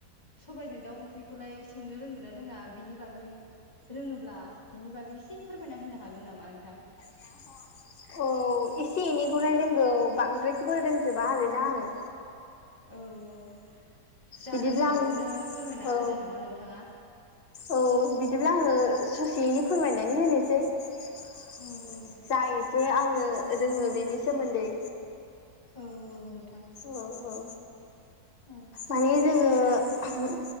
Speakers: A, on the left; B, on the left.
A: सबायजों दाउ ओंख्रिखौलाय सोंनो रोंगोन ना रोङा बिनि बागै रोङोब्ला बिनि बागै एसे फोरमायना होनो हागोन नामा नोंथां?
B: <unintelligible> औ औ, एसे एनैखौलाय रोंगौ बांद्रायखौबो रोंजोबा आरोना आङो।
A: औ औ, जा
B: बिदिब्ला
A: रोङो
B: आं
A: बेखौनो फोरमायना
B: औ
A: होदो नामा नोंथाङा?
B: औ, बिदिब्ला आङो ससेयैनो फोरमायनानै होनोसै जा
A: औ
B: एसे आङो रोङो बेनि सोमोन्दै।
A: औ औ।
B: औ औ,
A: औ
B: माने जोङो <unintelligible>